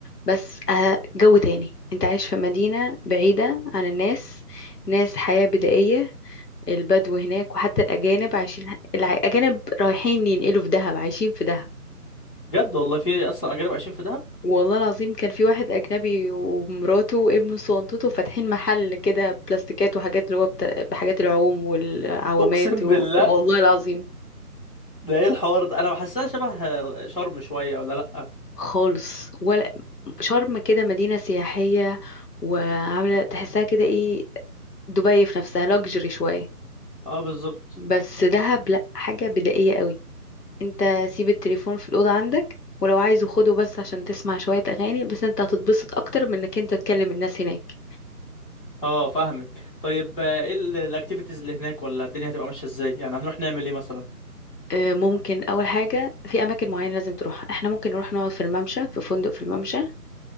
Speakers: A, on the left (about 80°); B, on the left (about 35°).
A: بس آه، جو تاني انت عايش في مدينة بعيدة عن الناس ناس حياة بدائية البدو هناك وحتى الاجانب عايشين الع- الاجانب رايحين ينقلوا في دهب عايشين في دهب
B: بجد والله في اصلا اجانب عايشين في دهب
A: والله العظيم كان في واحد أجنبي ومراته وابنه صنطته فاتحين محل كده بلاستيكات وحاجات اللي هو بتا... بحاجات العوم والعوامات
B: اقسم
A: و...
B: بالله
A: والله العظيم
B: ده ايه الحوار ده انا بحسها شبه شرم شويه ولا لا
A: خالص ولا شرم كده مدينة سياحية وعاملة تحسها كده ايه دبي في نفسها لاكجري شوية
B: اه بالظبط
A: بس دهب لأ حاجة بدائية قوي انت سيب التليفون في الأوضة عندك ولو عايزه خده بس عشان تسمع شوية أغاني بس انت هتتبسط أكتر من انك انت تكلم الناس هناك
B: اه فاهمك طيب آه، ايه الاكتيفيتيز اللي هناك ولا الدنيا هتبقى ماشيه ازاي يعني هنروح نعمل ايه مثلا
A: آه، ممكن اول حاجه في اماكن معينه لازم تروح احنا ممكن نروح نقعد في الممشى في فندق في الممشى